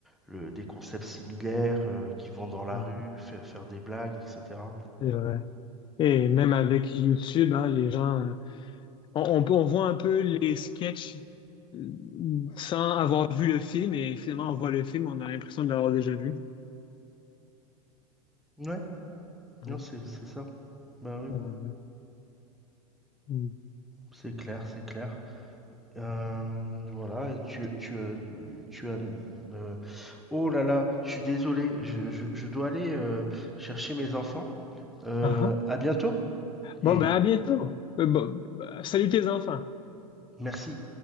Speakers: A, in the centre; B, on the left.
A: le, des concepts similaires, euh, qui vont dans la
B: ouais,
A: rue, fa- faire des blagues, etc.
B: c'est vrai. Et même avec YouTube, hein, les gens, euh, on, on peut- on voit un peu les sketchs euh, sans avoir vu le film, et finalement, on voit le film, on a l'impression de l'avoir déjà vu.
A: Ouais,
B: Ouais.
A: non, c'est c'est ça. Bah oui,
B: Ouais, ouais. Mm.
A: c'est clair, c'est clair. Euh, voilà, et tu, tu, as- tu as... euh, oh là là, je suis désolé, je, je- je dois aller euh, chercher mes enfants. Euh,
B: Ah, ah.
A: à bientôt
B: Bon,
A: et
B: ben à bientôt. Euh, bon, bah, salut tes enfants.
A: merci.